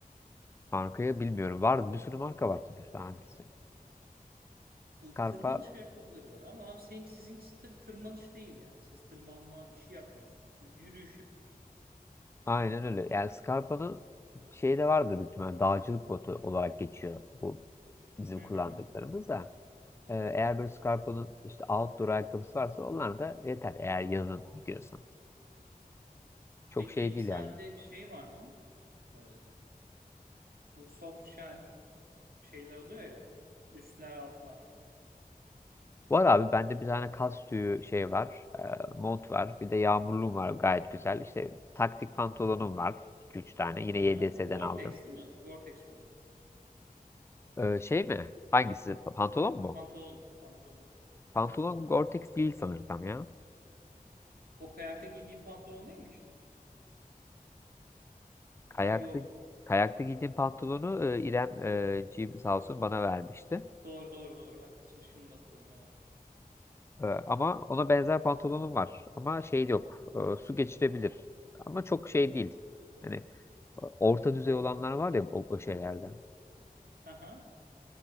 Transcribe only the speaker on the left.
Markayı bilmiyorum. Var bir sürü marka var sonuçta hangisi?
Scarpa
aynen öyle. Yani Scarpa'nın şey de vardı büyük ihtimalle dağcılık botu olarak geçiyor bu bizim
kullandıklarımız
da. Ee, eğer böyle Scarpa'nın işte outdoor ayakkabısı varsa onlar da yeter eğer yazın gidiyorsan. Çok
şey değil
yani.
Var abi bende bir tane kas tüyü şey var. e, mont var. Bir de yağmurluğum var gayet güzel. İşte taktik pantolonum var. 2-3 tane. Yine
YDS'den
aldım.
Ee, şey mi? Hangisi? Pantolon mu?
Pantolon Gore-Tex değil sanırsam ya.
Kayakta
kayakta giydiğim pantolonu e, İrem e, Jim sağ olsun bana vermişti.
E, ama ona benzer pantolonum var. Ama şey yok. E, su geçirebilir. Ama çok şey değil. Hani e, orta düzey olanlar var ya o, o şeylerden.